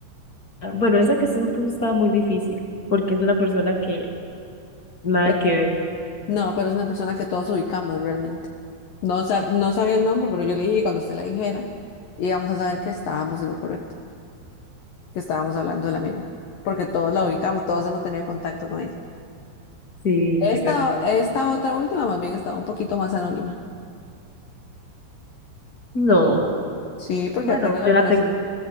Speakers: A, on the left (about 30°); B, on the left (about 65°).
A: Ah, Bueno,
B: Sí.
A: esa que se me puso estaba muy difícil, porque es una persona que nada
B: Pero-
A: que ver.
B: no, pero es una persona que todos ubicamos realmente. No, sab- no sabía el nombre, pero yo le dije que cuando usted la dijera, íbamos a saber que estábamos en lo correcto, que estábamos hablando de la misma, porque todos la ubicamos, todos hemos tenido contacto con ella.
A: Sí,
B: Esta,
A: yo creo que...
B: esta otra última más bien estaba un poquito más anónima.
A: No,
B: Sí, porque
A: bueno,
B: apenas la
A: yo
B: conocí.
A: la tengo,